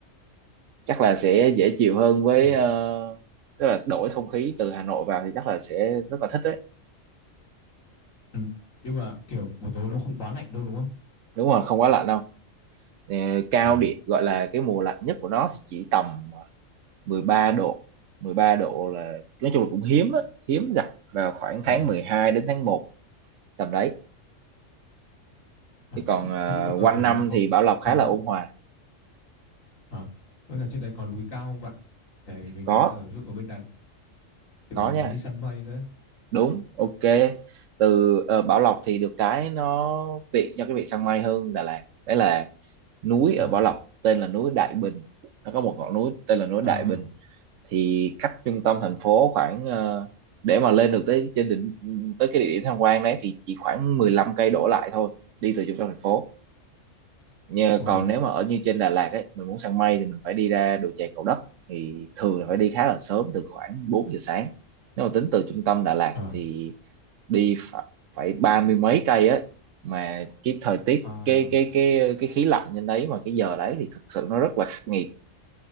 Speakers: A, on the right; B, on the left.
A: chắc là sẽ dễ chịu hơn với
B: Ừ.
A: ờ, tức là đổi không khí từ Hà Nội vào thì chắc là sẽ rất là thích đấy
B: Ừ. Nhưng mà kiểu buổi tối nó không quá lạnh đâu đúng không?
A: đúng rồi không quá lạnh đâu Ờ, cao
B: Ờ.
A: điểm gọi là cái mùa lạnh nhất của nó thì chỉ tầm 13 độ 13 độ là nói chung là cũng hiếm á hiếm gặp vào khoảng
B: Ờ.
A: tháng 12 đến tháng 1 tầm đấy
B: Ờ.
A: chứ còn
B: Thế
A: ờ,
B: nhưng mà ở
A: quanh
B: ở đấy
A: năm
B: nó có
A: thì Bảo Lộc
B: còn
A: khá là
B: núi.
A: ôn hòa
B: Ờ. Với cả trên đấy còn núi cao không bạn? Tại mình thấy
A: có
B: ở ví dụ ở bên Đà thì
A: có
B: mình
A: nha
B: muốn đi săn mây nữa
A: đúng ok từ ờ, Bảo Lộc thì được cái nó tiện cho cái việc săn mây hơn Đà Lạt đấy là núi ở
B: à
A: Bảo Lộc tên là núi Đại Bình nó có một ngọn núi tên là núi Đại
B: à
A: Bình thì cách trung tâm thành phố khoảng ờ, để mà lên được tới trên đỉnh tới cái địa điểm tham quan đấy thì chỉ khoảng 15 cây đổ lại thôi đi từ trung tâm thành phố Nhờ,
B: ồ
A: còn nếu mà ở như trên Đà Lạt ấy mình muốn săn mây thì mình phải đi ra đồi chè Cầu Đất thì thường là phải đi khá là sớm từ khoảng bốn giờ sáng nếu mà tính từ trung tâm Đà Lạt
B: à
A: thì đi phải, phải ba mươi mấy cây á mà cái thời tiết
B: à
A: cái cái cái cái khí lạnh trên đấy mà cái giờ đấy thì thực sự nó rất là khắc nghiệt